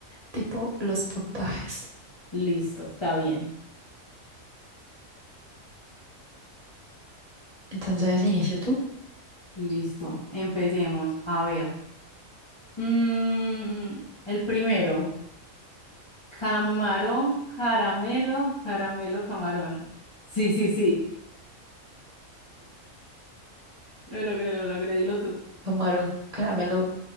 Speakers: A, on the right (about 30°); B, on the left (about 25°).
A: tipo, los puntajes.
B: <laughs> Listo, está bien.
A: Entonces, inicio tú.
B: Listo. Empecemos. A ver. Mm, el primero. Camarón, caramelo, caramelo, camarón. Sí, sí, sí. Lo logré, lo logré. Dilo tú.
A: Camarón, caramelo,